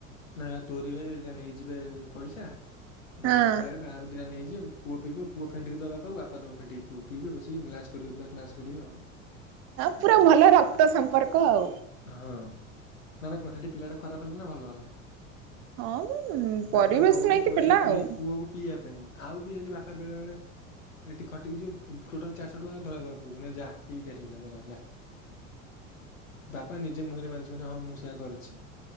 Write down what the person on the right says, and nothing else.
ହଁ।
ହଁ ପୁରା ଭଲ ରକ୍ତ ସମ୍ପର୍କ ଆଉ
ହଁ ପରିବେଶ
ନେଇକି
ପିଲା
ଆଉ